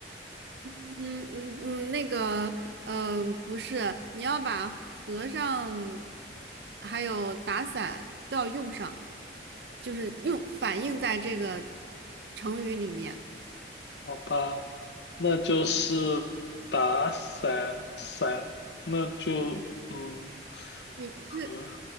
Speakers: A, on the right; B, on the left.
A: 嗯嗯嗯，那个，嗯、不是，你要把和尚还有打伞都要用上，就是用反映在这个成语里面。
B: 好吧，那就是打伞伞，那就嗯
A: 你
B: 和